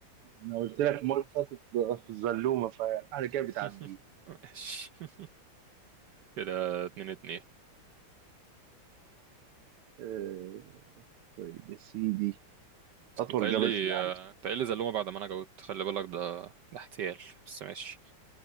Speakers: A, on the right; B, on the right.
A: أنا قلت لك المرة اللي فاتت بقى في الزلومة فعلى كده بتعديه
B: <laughs> ماشي كده اتنين اتنين
A: آه، طيب يا سيدي أطول
B: انت قايل
A: جبل
B: لي
A: في العالم
B: آه، انت قايل لي زلومة بعد ما انا جاوبت خلي بالك ده ده احتيال بس ماشي